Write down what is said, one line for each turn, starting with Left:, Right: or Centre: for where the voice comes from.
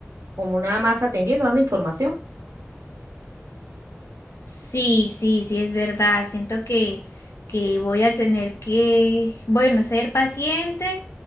Right: como nada más atendiendo, dando información.
Left: Sí, sí, sí, es verdad. Siento que, que voy a tener que, bueno, ser paciente